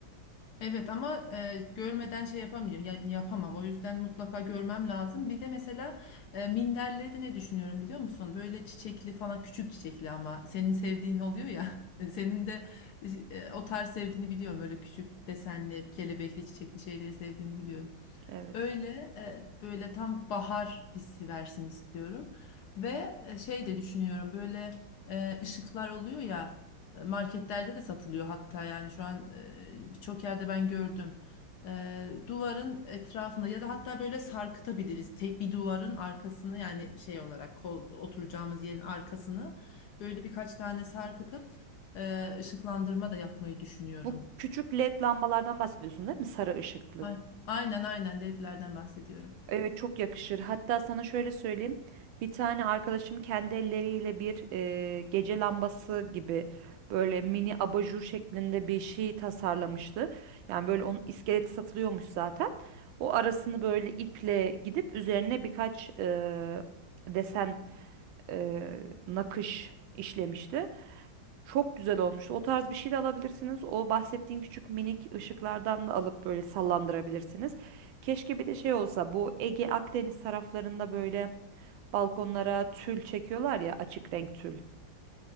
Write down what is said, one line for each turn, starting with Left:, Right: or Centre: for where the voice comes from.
Left: Evet ama e, görmeden şey yapamayacağım ya- yapamam o yüzden mutlaka görmem lazım. Bir de mesela e, minderleri de ne düşünüyorum biliyor musun? Böyle çiçekli falan küçük çiçekli ama senin sevdiğin oluyor ya. <laughs> Senin de e, o tarz sevdiğini biliyorum öyle küçük desenli kelebekli çiçekli şeyleri sevdiğini biliyorum.
Right: Evet.
Left: Öyle e, böyle tam bahar hissi versin istiyorum. Ve e, şey de düşünüyorum böyle e, ışıklar oluyor ya e, marketlerde de satılıyor hatta yani şu an e, birçok yerde ben gördüm. E, duvarın etrafında ya da hatta böyle sarkıtabiliriz. Tek bir duvarın arkasını yani şey olarak kol oturacağımız yerin arkasını böyle birkaç tane sarkıtıp e, ışıklandırma da yapmayı düşünüyorum.
Right: Bu küçük LED lambalardan bahsediyorsun değil mi? Sarı ışıklı.
Left: Ay- Aynen aynen LED'lerden bahsediyorum.
Right: Evet çok yakışır. Hatta sana şöyle söyleyeyim. Bir tane arkadaşım kendi elleriyle bir e, gece lambası gibi böyle mini abajur şeklinde bir şey tasarlamıştı. Yani böyle onun iskeleti satılıyormuş zaten. O arasını böyle iple gidip üzerine birkaç e, desen e, nakış işlemişti. Çok güzel olmuş. O tarz bir şey de alabilirsiniz. O bahsettiğin küçük minik ışıklardan da alıp böyle sallandırabilirsiniz. Keşke bir de şey olsa bu Ege Akdeniz taraflarında böyle balkonlara tül çekiyorlar ya açık renk tül.